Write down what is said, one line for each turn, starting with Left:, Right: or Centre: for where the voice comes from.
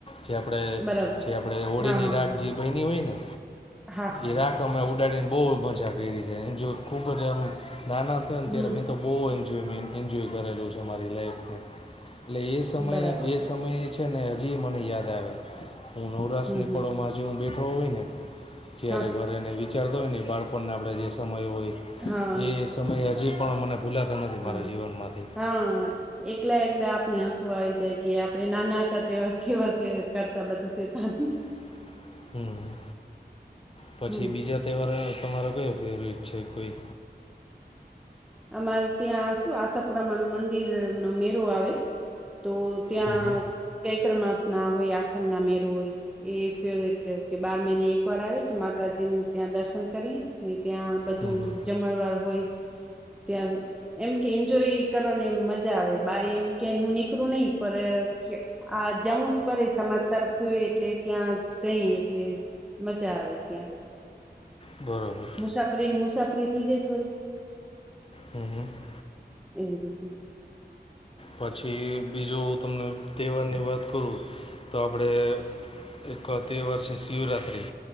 Left: જે આપડે
Centre: બરાબર
Left: જે આપડે હોળીની
Centre: હા હા
Left: રાખ
Centre: હા
Left: જી
Centre: હા
Left: બયની હોય ને
Centre: હા
Left: એ રાખ અમે ઉડાડીને બહુ મજા કરી છે એન જો ખૂબ જ અમ નાના હતા ને ત્યાર
Centre: હમ
Left: અમેં તો બહુ એન્જોયમેં એન્જોય કરેલું છે મારી લાઈફ મા એટલે એ સમય
Centre: બરાબર
Left: એ સ મયે છે ને હજી મને યાદ આવે હું નવરાસ
Centre: હમ
Left: ની
Centre: હમ
Left: પળો
Centre: હમ
Left: માં જે હું બેઠો હોય ને ત્યારે
Centre: હા
Left: ઘરેને વિચારતો હોય ને બાળપણને આપણે જે સમય હોય
Centre: હા
Left: એ સમય હજી પણ મને ભૂલાતા નથી
Centre: હા
Left: મારા જીવનમાંથી
Centre: હા એકલા એકલા આપણે આસું આવી જાય કે આપણે નાના હતા તેવા કેવા સે કરતા બધું શેતાન
Left: <inaudible> હમ પછી
Centre: હમ
Left: બીજા તહેવાર તમારો કયો ફેવરિટ છે કોઈ
Centre: અમાર ત્યાં શું આશાપુરા માંનું મંદિર નો મેરો આવે તો ત્યાં
Left: હમ હમ
Centre: ચૈત્ર માસ ના હોય આઠમ ના મેરો હોય એ ફેવરેટ કે બાર મહિને એક વાર આવે તો માતાજી ન ત્યાં દર્શન કરી ને ત્યાં બધું
Left: હમ હમ
Centre: જમણ વાર હોય ત્યાં એમ કે એન્જોય કરવાની મજા આવે બારે એમ ક્યાંય હું નીકળું નહી પર ક્ય આ જવું જ પડે સમાજ તરફથી એટલે ત્યાં જઈ એટલે મજા આવેે ત્યા
Left: બરોબર
Centre: મુસાફરી ની મુસાફરી થઇ જાય થોડી
Left: હમ હમ
Centre: એવી રીતે
Left: પછી બીજો હું તમને તહેવારની વાત કરું તો આપડે એક તેહવાર છે શિવરાત્રી